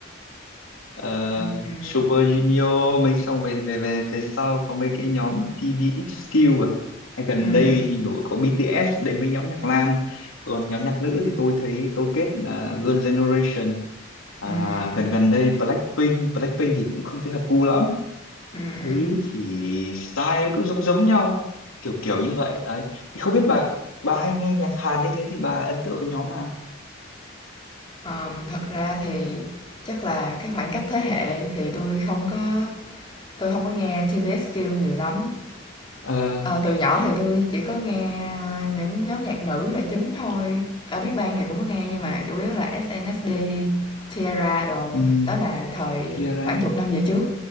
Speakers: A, on the left (about 90°); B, on the left (about 25°).
A: ờ,
B: Ừm,
A: Super Junior mấy xong về về về về sau có mấy cái nhóm TVXQ à Hay gần
B: ừm,
A: đây thì nổi có BTS đấy mấy nhóm nhạc nam còn nhóm nhạc nữ thì tôi thấy tôi kết là Girl Generation À,
B: ừm,
A: gần gần đây Blackpink Blackpink thì cũng không thấy hợp gu lắm
B: ừm,
A: thế thì style nó cũng giống giống nhau kiểu kiểu như vậy ấy thì không biết bà bà hay nghe nhạc Hàn như thế thì bà ấn tượng với nhóm nào
B: Ờm, thật ra thì chắc là cái khoảng cách thế hệ thì tôi không có tôi không có nghe TVXQ nhiều lắm.
A: ờ
B: Ờ, từ nhỏ thì tôi chỉ có nghe những nhóm nhạc nữ là chính thôi. Ở Big Bang thì cũng có nghe nhưng mà chủ yếu là SNSD, Tiara đồ,
A: um,
B: đó là thời
A: Tiara
B: khoảng chục năm về trước.